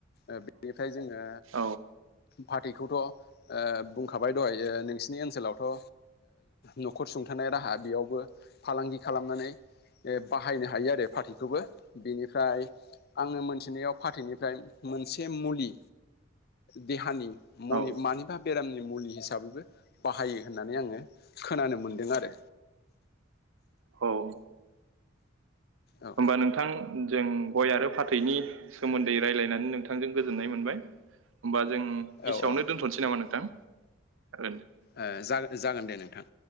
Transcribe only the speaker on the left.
ओ बेनिफ्राय जोङो
फाथैखौथ' ओ बुंखाबाय दहायो नोंसिनि ओनसोलावथ' ओ न'खर सुंथानाय राहा बेयावबो फालांगि खालामनानै ए बाहायनो हायो आरो फाथैखौबो बिनिफ्राय आंनो मोनसे थिनायाव फाथैनिफ्राय मोनसे मुलि देहानि मनि
मानिबा बेरामनि मुलि हिसाबैबो बाहायो होननानै आङो खोनानो मोनदों आरो।
औ
औ
ओ
ओ जागोन जागोन दे नोंथां।